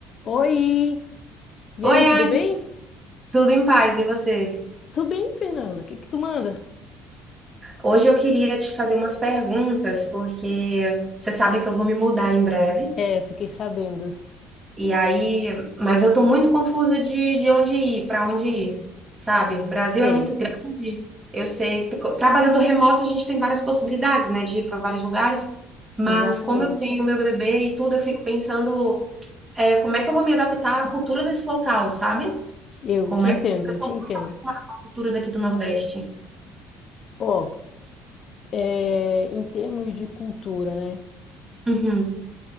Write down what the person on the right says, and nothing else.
Oi,
Anne,
tudo em paz, e você?
Hoje eu queria te fazer umas perguntas, porque você sabe que eu vou me mudar em breve,
e aí, mas eu tô muito confusa de, de onde ir, para onde ir, sabe? Brasil
é muito grande, eu sei, t- trabalhando remoto a gente tem várias possibilidades, né, de ir para vários lugares, mas
como eu tenho meu bebê e tudo, eu fico pensando, é, como é que eu vou me adaptar à cultura desse local, sabe?
Como
é
que eu
tô
muito
acostumada com a cultura daqui do Nordeste.
Uhum.